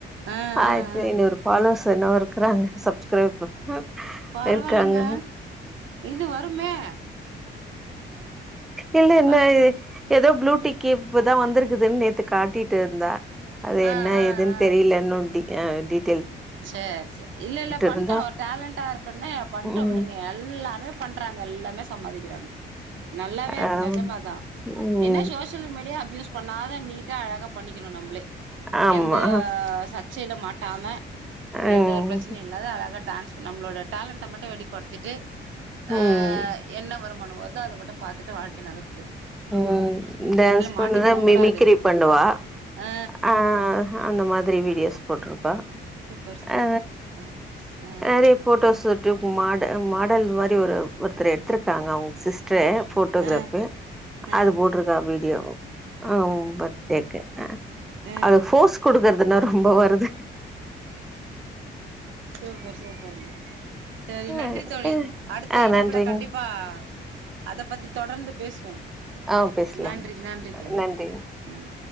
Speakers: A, on the right; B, in the centre.
A: ஆ ஆ
B: ஆயிரத்தி
A: ஆ
B: ஐநூறு ஃபாலோஸ் எது என்னவோ இருக்கிறாங்க சப்ஸ்கிரைப்
A: பரவால்லங்க
B: இருக்காங்க
A: இது வருமே
B: இல்ல என்ன
A: ப
B: இ எதோ ப்ளூ டிக் இப்பதா வந்திருக்குதுன்னு நேத்து காட்டிட்டு இருந்தா அது
A: ஆ
B: என்ன
A: ஆ
B: ஏதுன்னு
A: ஆ
B: தெரியலன்னு நோண்டி ஏ வெடிட்
A: சேர் சேரி இல்ல இல்ல பண்டோ
B: இருந்தா
A: ஒரு டேலண்டா இருக்குன்னா பண்டோ
B: ம்
A: விடுங்க எல்லாருமே பண்றாங்க எல்லாமே சம்பாதிக்கிறாங்க நல்லாவே இருக்கு
B: அ
A: நிஜமாதா
B: ம்
A: என்ன சோசியல் மீடியா யூஸ் பண்ணாத நீட்டா அழகாக பண்ணிக்கணு நம்பளே
B: ஆமா
A: எந்த சர்ச் செய்யல மாட்டாம
B: ம்
A: எந்த ஒரு பிரச்சனைையு இல்லாத அழக டான்ஸ் நம்மளோட டேலண்ட மட்டும் வெளி படுத்திட்டு
B: ம்
A: அ என்ன வரும் ம ஒனு வருது அத மட்டு பாத்துட்டு வாழ்க்கை நகத்
B: உம் டான்ஸ் பண்ணதா
A: மாட்டிக்கவு
B: மிமிக்ரி
A: கூடாது
B: பண்ணுவா
A: ஆ
B: அ அந்த மாதிரி வீடியோஸ் போட்டிருப்பா
A: சூப்பர் சூப்பர்
B: அ
A: ஆ
B: நெறையா
A: ஆ
B: போட்டோஸ் யூட்டுப் மாட மாடல் மாரி ஒரு ஒருத்தர் எடுத்திருக்காங்க அவங்க சிஸ் ட்ரு போபோட்டோகிராஃபு
A: ஆ ஆ
B: அது போட்டிருக்கா அபி வீடியோ ஆ பர்த்தடேக்கு
A: ம்
B: அவளுக்கு போஃஸ் குடுக்கறது அதனா ரொம்ப வருது
A: சூப்பர் சூப்பர்ங்க செரி
B: அ.
A: நன்றி தோழி
B: அ.
A: அடுத்த
B: ஆ
A: இணைப்புல
B: நன்றிங்க
A: கண்டிப்பா அத பத்தி தொடர்ந்து பேசுவோம்
B: ஆ பேசலாங்க
A: நன்றி நன்றி தோழி
B: நன்றிங்க
A: உம்